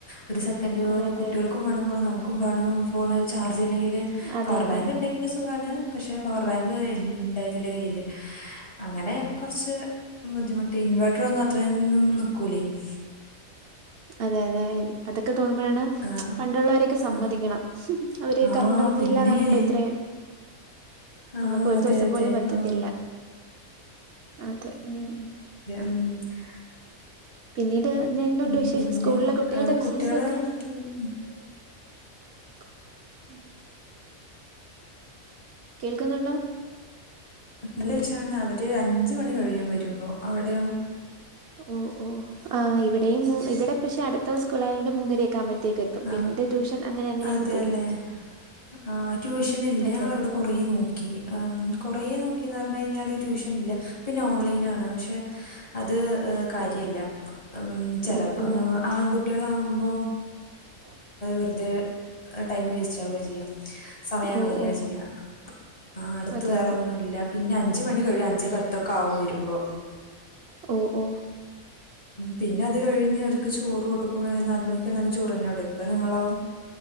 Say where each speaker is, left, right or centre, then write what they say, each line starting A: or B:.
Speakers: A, on the left; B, on the right.
A: ഒരു സെക്കൻഡ് പോലും
B: അതെ അതെ
A: കുട്ട്യോൾക്കും വേണം ഫോണ് ന്നമു ക്കുംവേണം ഫോണെള് ചാർജില്ലെങ്കില്
B: അതെ
A: പവർ
B: അതെ
A: ബാങ്ക് ഇണ്ടെങ്കില് സുഗാണ് പക്ഷെ പവർ ബാങ്ക് ഇണ്ടായ്ര്ന്നില്ല കയ്യില് അങ്ങനെ, കൊർച്ച് ബുദ്ധിമുട്ടേനി. ഇൻവേർട്ടർ ഒന്നും അത്രൊന്നും നിക്കൂലെയ്. <inaudible>
B: അതെ അതെ, അതൊക്കെ തോന്നുമ്പോഴാണ്
A: ആ
B: പണ്ടുള്ളവരെയൊക്കെ സമ്മതിക്കണം
A: ആ
B: ഹ് ഹും. അവര്
A: ആ
B: കറണ്ട് ഒന്നും
A: പിന്നെ
B: ഇല്ലാതാണല്ലോ ഇത്രയും
A: ആഹ്
B: നമുക്ക് ഒരു
A: അതെ
B: ദിവസം
A: അതെ
B: പോലും പ പറ്റത്തില്ല.
A: ആഹ്
B: അതെ. ഉം
A: <unintelligible>
B: പിന്നീട് ഞെ എന്തുണ്ട്
A: ഉം
B: വിശേഷം,
A: പിന്നെ
B: സ്കൂളിലെ കുട്ടികളുടെ
A: ഏഹ്
B: വിശേഷൊക്കെ?
A: കുട്ടികള് ഉം ഉം,
B: <unintelligible> കേൾക്കുന്നുണ്ടോ?
A: നല്ല <unintelligible> അവര് അഞ്ച് മണി കഴിയും വരുമ്പോ, അവിടെയോ?
B: ഓ ഓ ആ ഇവിടെയും, ഇവിടെ പക്ഷെ അടുത്ത സ്കൂളായോണ്ട് മൂന്നര ക്കാമ്പഴത്തേക്ക് എത്തും.
A: ആഹ്
B: പിന്നീട് ട്യൂഷൻ അങ്ങനെ അങ്ങനെ
A: അതെല്ലേ
B: അങ്ങ് പോകും.
A: ആ ട്യൂഷൻ ഇല്ല.
B: അതെ
A: ഞങ്ങളവിടെ
B: അതെ
A: കൊറേ നോക്കി ഏം കൊറേ നോക്കിന്നർഞ്ഞ ഞ്ഞഴിഞ്ഞാല് ട്യൂഷൻ ഇല്ല പിന്നെ ഓൺലൈനാണ് പക്ഷേ, അത് കാര്യല്ല. ഉ ചെലപ്പോ
B: ഓ ഓ
A: ഞ ആൺകുട്ട്യളാവുമ്പോ
B: <inaudible>
A: വെറുതേ ടൈമ് വേസ്റ്റാവ ചെയ്യ, സമയം
B: ഓ
A: കളയ
B: ഓ
A: ചെയ്യ ആ അടുത്ത്
B: അതെയോ
A: വേറൊന്നുല്ല. പിന്നെ അഞ്ച് മണി കഴിയും, അഞ്ചേ പത്തൊക്കെ ആവും വരുമ്പോ
B: ഓ ഓ
A: പിന്നെ അത് കഴിഞ്ഞ് അവർക്ക് ചോറ് കൊടുക്കും, നാല് മണിക്ക് വന്നാലും ചോറെന്നെ കൊടുക്ക നിങ്ങളോ?